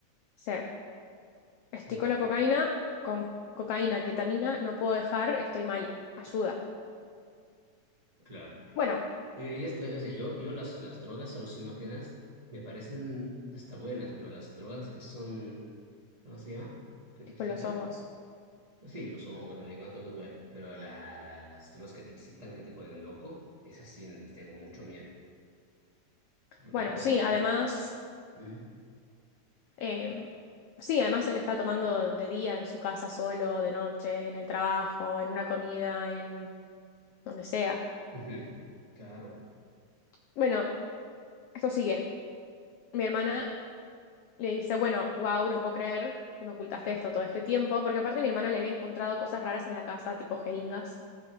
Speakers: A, on the left; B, on the right.
A: sea, estoy
B: No,
A: con la cocaína, con cocaína, ketamina, no puedo dejar, estoy mal. Ayuda.
B: claro.
A: Bueno,
B: Eh, es- eh, o sea, yo, yo las, las drogas alucinógenas me parecen hasta buenas, pero las drogas que son, ¿cómo se llama? Que te
A: tipo
B: excitan.
A: los hongos.
B: Sí, los hongos, la marihuana, todo eso es bueno, pero la, la- las drogas que te excitan, que te ponen loco, esas sí les tengo mucho miedo, porque
A: Bueno,
B: luego
A: sí,
B: en...
A: además,
B: ¿Mm?
A: em, sí, además él está tomando de día en su casa solo, de noche, en el trabajo, en una comida, en donde sea.
B: Ujú. Claro.
A: Bueno, esto sigue. Mi hermana Le dice, bueno, wow, no puedo creer que me ocultaste esto todo este tiempo, porque aparte mi hermana le había encontrado cosas raras en la casa, tipo jeringas,